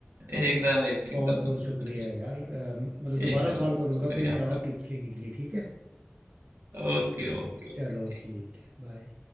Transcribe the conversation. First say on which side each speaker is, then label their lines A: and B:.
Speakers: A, on the right (about 60°); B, on the right (about 30°).
A: एकदम एकदम
B: बहुत बहुत शुक्रिया
A: चलिए
B: यार अ, मतलब दोबारा
A: एकदम
B: कॉल
A: एकदम
B: करूंगा
A: शुक्रिया
B: फिर मैं
A: आपका
B: और टिप्स लेने के लिए ठीक है
A: Okay okay
B: चलो
A: okay
B: ठीक है बाय